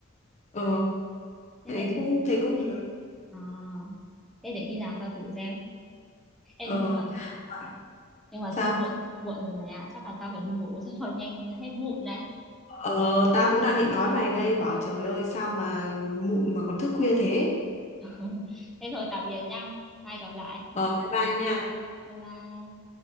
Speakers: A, on the left; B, in the centre.
A: Ờ,
B: Thế
A: thấy
B: mày dùng.
A: cũng thấy cũng được.
B: À, thế để khi nào tao thử xem. Ê,
A: Ờ,
B: nhưng mà
A: à,
B: nhưng mà
A: sao?
B: thôi muộn muộn rồi này ạ chắc là tao phải đi ngủ xong rồi nhanh hết mụn này
A: Ờ, tao cũng đang định nói mày đây, bảo trời ơi sao mà mụn mà còn thức khuya thế.
B: <laughs> thế thôi tạm biệt nha mai gặp lại
A: Ờ, bye bye nha.
B: bye bye